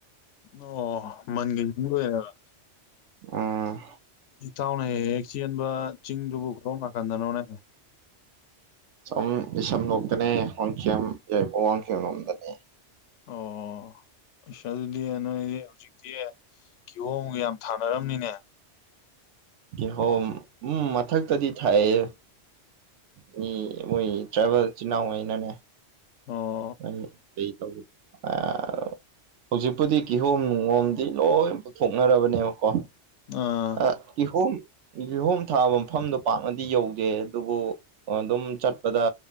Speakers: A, on the left; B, on the right.
A: ꯑꯣ ꯃꯟꯒ ꯌꯨꯡ ꯂꯣꯏꯔꯕ
B: ꯎꯝ
A: ꯏꯇꯥꯎꯅ ꯍꯦꯛ ꯍꯦꯛ ꯆꯦꯟꯕ ꯆꯤꯡꯗꯨꯕꯨ ꯀꯔꯣꯝ ꯅꯥꯀꯟꯗꯅꯣꯅꯦ
B: ꯑꯁꯣꯝ ꯂꯤꯁꯝ ꯂꯣꯛꯇꯅꯦ ꯋꯥꯡꯈꯦꯝ ꯌꯥꯏꯔꯤꯄꯣꯛ ꯋꯥꯡꯈꯦꯝ ꯂꯣꯝꯗꯅꯦ
A: ꯑꯣ ꯑꯁ ꯑꯗꯨꯗꯤ ꯅꯣꯏꯗꯤ ꯍꯧꯖꯤꯛꯇꯤ ꯀꯤꯍꯣꯝꯒ ꯌꯥꯝ ꯊꯥꯅꯔꯝꯅꯤꯅꯦ
B: ꯀꯤꯍꯣꯝ ꯎꯝ ꯃꯊꯛꯇꯗꯤ ꯊꯥꯏꯌꯦ ꯃꯤ ꯃꯣꯏ ꯇ꯭ꯔꯥꯏꯕꯦꯜ ꯏꯆꯤꯟ ꯏꯅꯥꯎꯉꯩꯅꯅꯦ
A: ꯑꯣ
B: <unintelligible> ꯍꯧꯖꯤꯛꯄꯨꯗꯤ ꯀꯤꯍꯣꯝ ꯅꯨꯡꯍꯣꯝꯗꯤ ꯂꯣꯏ ꯄꯨꯊꯣꯛꯅꯔꯕꯅꯦꯕꯀꯣ
A: ꯑꯥ
B: ꯑ ꯀꯤꯍꯣꯝ ꯀꯤꯍꯣꯝ ꯊꯥꯕ ꯃꯐꯝꯗꯣ ꯄꯥꯛꯅꯗꯤ ꯌꯧꯗꯦ ꯑꯗꯨꯕꯨ ꯑꯣ ꯑꯗꯨꯝ ꯆꯠꯄꯗ